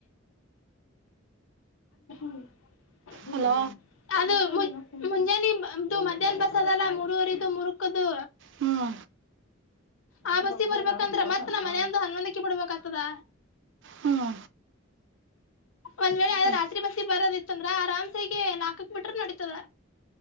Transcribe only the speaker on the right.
ಹಲೋ
ಹುಂ
ಹ್ಞೂ
ಹ್ಞೂ